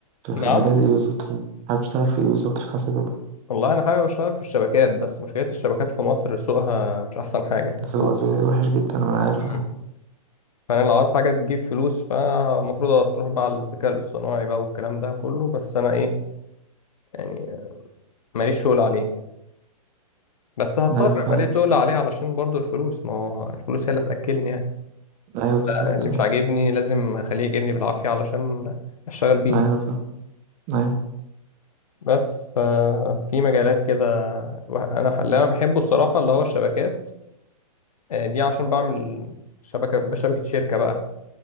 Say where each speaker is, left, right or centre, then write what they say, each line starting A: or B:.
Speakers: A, on the right (about 30°); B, on the left (about 65°).
A: في,
B: نعم
A: في مجال إيه بالظبط؟ في- حابب تشتغل في إيه بالظبط في حاسبات؟
B: والله انا حابب اشتغل في الشبكات بس مشكله الشبكات في مصر سوقها مش احسن حاجه <laughs> في الفلوس
A: بس هو زي وحش جدا ما أنا عارف أه
B: مم. فانا لو عاوز حاجه تجيب فلوس فالمفروض تروح بقى على الذكاء الاصطناعي بقى والكلام ده كله بس انا ايه يعني ماليش شغل عليه بس هضطر
A: أيوة فاهمك
B: ابقى ليه تقول عليه علشان برضو الفلوس ما هو الفلوس هي اللي هتاكلني يعني
A: أيوة بالظبط
B: اللي مش عاجبني لازم اخليه يجيبني بالعافيه علشان اشتغل بيه
A: أيوة فاهم أيوة
B: بس ففي مجالات كده انا اللي انا بحبه الصراحه اللي هو الشبكات آه، دي عشان بعمل شبكه بشبكه شركه بقى